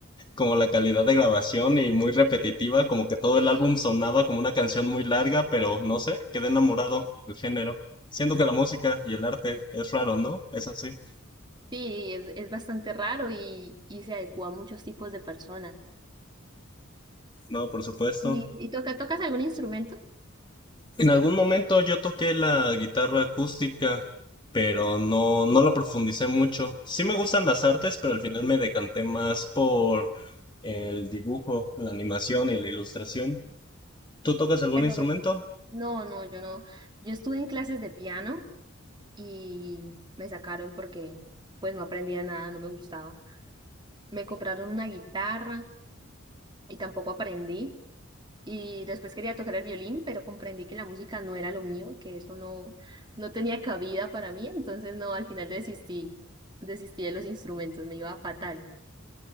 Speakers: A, on the left; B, on the right.
A: como la calidad de grabación y muy repetitiva, como que todo el álbum sonaba como una canción muy larga, pero no sé, quedé enamorado del género. Siento que la música y el arte es raro, ¿no? Es así.
B: Sí, es, es bastante raro y, y se adecua a muchos tipos de personas.
A: No, por supuesto.
B: ¿Y, y toca, tocas algún instrumento?
A: En algún momento yo toqué la guitarra acústica, pero no, no lo profundicé mucho. Sí me gustan las artes, pero al final me decanté más por el dibujo, la animación y la ilustración. ¿Tú tocas algún
B: Pero
A: instrumento?
B: no, no, yo no. Yo estuve en clases de piano y me sacaron porque pues no aprendía nada, no me gustaba. Me compraron una guitarra y tampoco aprendí. Y después quería tocar el violín, pero comprendí que la música no era lo mío, que eso no, no tenía cabida para mí. Entonces no, al final desistí, desistí de los instrumentos, me iba fatal.